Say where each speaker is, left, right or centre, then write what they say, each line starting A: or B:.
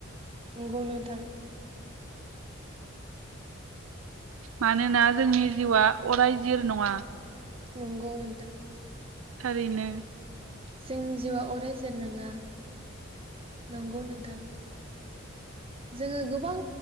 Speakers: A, on the right; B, on the right.
A: नंगौ नोंथां
B: मानोना जोंनि जिउआ अराय जिर नङा।
A: नंगौ नोंथां
B: थारैनो
A: जोंनि जिउआ अराय जोर नङा नंगौ नोंथां जोङो गोबां